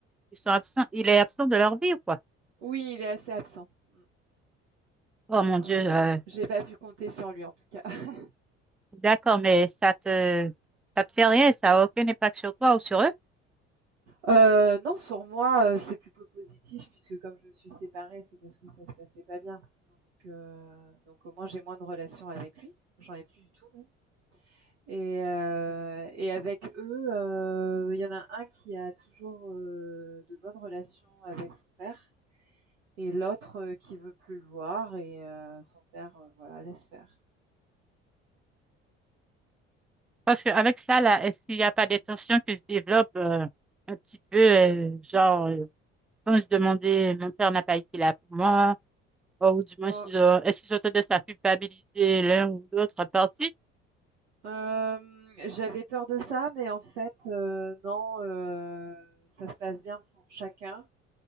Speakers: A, in the centre; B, on the right.
A: ils sont absents, il est absent de leur vie, quoi.
B: oui, il est assez absent. Mmh.
A: Oh mon
B: Ah,
A: Dieu,
B: j'ai pas
A: euh,
B: j'ai pas pu compter sur lui, en tout cas. <laughs>
A: d'accord, mais ça te, ça te fait rien, ça n'a aucun impact sur toi ou sur eux?
B: Heu, non, sur moi, heu, c'est plutôt positif puisque comme je suis séparée, c'est parce que ça se passait pas bien, donc heu, donc au moins j'ai moins de relations avec lui. J'en ai plus du tout même. Et, heu et avec eux, heu, il y en a un qui a toujours, heu, de bonnes relations avec son père et l'autre, heu, qui veut plus le voir et heu, son père, heu, voilà, laisse faire.
A: Parce qu'avec ça, là, s'il n'y a pas des tensions qui se développent, euh, un petit peu, euh, genre, euh, quand je demandais, mon père n'a pas été là pour moi, ou du moins,
B: Oh,
A: si je- est-ce qu'ils ont tendance à culpabiliser l'un ou l'autre partie?
B: hem, j'avais peur de ça, mais en fait, heu, non, heu, ça se passe bien pour chacun